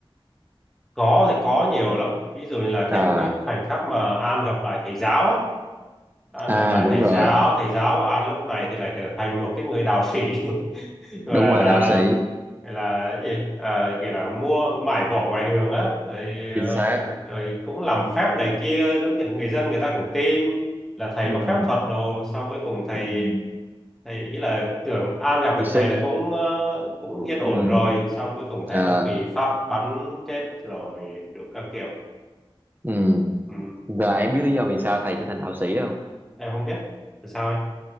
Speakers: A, in the centre; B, on the right.
A: có thì có nhiều lắm ví dụ là
B: Ờ,
A: thêm cái khoảnh khắc mà An gặp lại thầy giáo á An
B: à,
A: gặp lại
B: đúng
A: thầy
B: rồi,
A: giáo, thầy giáo của An lúc này thì lại trở thành một cái người đạo sĩ <laughs> gọi
B: đúng rồi,
A: là
B: đạo sĩ,
A: gọi là cái gì à, gọi là mua mải vỏ ngoài đường á rồi,
B: chính
A: ờ,
B: xác.
A: rồi cũng làm phép này kia giống kiểu người dân người ta cũng tin là thầy
B: Ừm,
A: có phép thuật đồ xong cuối cùng thầy
B: ừm,
A: thầy ý là tưởng An gặp
B: Hy
A: được thầy
B: sinh.
A: là cũng ờ, cũng yên ổn
B: Ừm,
A: rồi xong cuối cùng thầy
B: à,
A: vẫn bị pháp bắn chết rồi đủ các kiểu
B: ừm.
A: ừ.
B: Và em biết lý do vì sao thầy trở thành đạo sĩ không?
A: em không biết là sao ấy